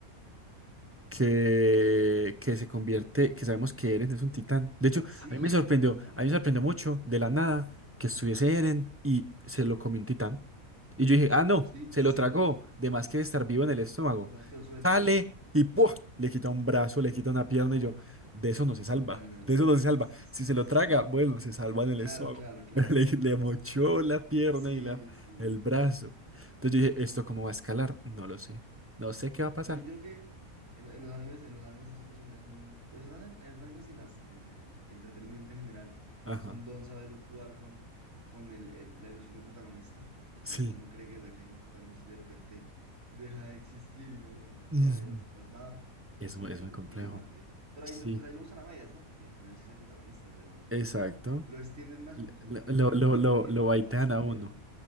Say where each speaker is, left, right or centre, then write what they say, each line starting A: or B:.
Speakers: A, on the right; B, on the right.
A: que, que se convierte, que sabemos que Eren es un titán. De hecho,
B: Sí,
A: a mí me sorprendió,
B: eso, eso es una locura.
A: a mí me sorprendió mucho de la nada que estuviese Eren y se lo comió un titán. Y yo dije, ah, no,
B: Sí,
A: se
B: sí,
A: lo tragó, de más que estar vivo en el estómago.
B: lo más que lo suelta.
A: Sale y ¡pua! le quita un brazo, le quita una pierna
B: Ajá.
A: y yo, de eso no se
B: Un
A: salva,
B: titán enorme.
A: de eso no se salva.
B: Sí, sí,
A: Si se lo
B: sí, sí.
A: traga,
B: sí.
A: bueno, se salva en el
B: Claro,
A: estómago.
B: claro,
A: <laughs>
B: claro.
A: Pero le, le mochó la pierna
B: Sí,
A: y la,
B: sí.
A: el brazo. Entonces yo dije, ¿esto cómo va a escalar? No lo sé. No sé qué va a pasar.
B: Yo, yo creo que en, en los animes, en los animes es, es un, es un, pues en los en los animes y en, las, en el entretenimiento en general,
A: Ajá.
B: es un don saber jugar con, con el, el- la ilusión del protagonista, como
A: Sí,
B: de que uno cree que, que alguien es protagonista y de repente deja de existir y uno
A: Ujú.
B: queda espasmado.
A: es,
B: Es
A: mu-
B: un
A: es
B: eh,
A: muy
B: recurso
A: complejo.
B: interesante. Pero
A: Sí,
B: ahí, no- pues ahí lo usan a medias, ¿no? Porque al final sí es el protagonista, pero
A: exacto.
B: lo extienden más,
A: Le-
B: entonces
A: le-
B: uno queda
A: Lo,
B: con
A: lo,
B: el miedo
A: lo,
B: de que
A: lo
B: en
A: baitean
B: verdad sí murió.
A: a uno.